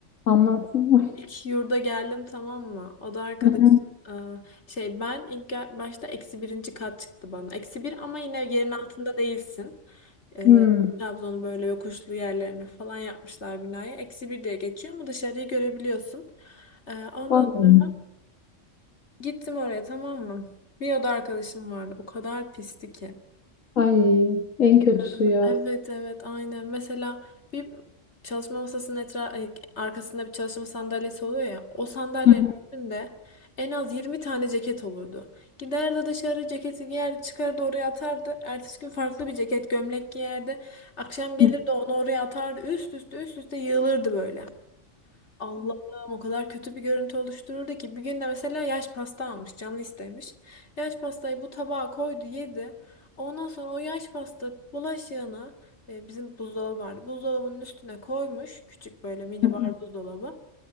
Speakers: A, on the left; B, on the left.
A: Anlatsana.
B: İlk yurda geldim tamam mı? O da arkadaş
A: Hı hı.
B: e, şey ben ilk gel- başta eksi birinci kat çıktı bana. Eksi bir ama yine yerin altında değilsin. E,
A: Hmm,
B: Trabzon'un böyle yokuşlu yerlerini falan yapmışlar binaya Eksi bir diye geçiyor ama dışarıyı görebiliyorsun. E, ondan
A: Anladım.
B: sonra gittim oraya tamam mı? Bir oda arkadaşım vardı. O kadar pisti ki.
A: Ay en kötüsü
B: Ee,
A: ya.
B: Evet evet aynen. Mesela bir çalışma masasının etra ay, arkasında bir çalışma sandalyesi oluyor ya. O sandalyenin
A: Hı
B: üstünde en az 20 tane ceket olurdu. Giderdi dışarı ceketi giyerdi çıkardı oraya atardı. Ertesi gün farklı bir ceket gömlek giyerdi. Akşam gelirdi
A: hı.
B: onu oraya atardı. Üst üste üst üste yığılırdı böyle. Allah'ım o kadar kötü bir görüntü oluştururdu ki bir gün de mesela yaş pasta almış canı istemiş. Yaş pastayı bu tabağa koydu yedi. Ondan sonra o yaş pasta bulaşığını e, bizim buzdolabı vardı. Buzdolabının üstüne koymuş küçük böyle minibar
A: Hı hı.
B: buzdolabı.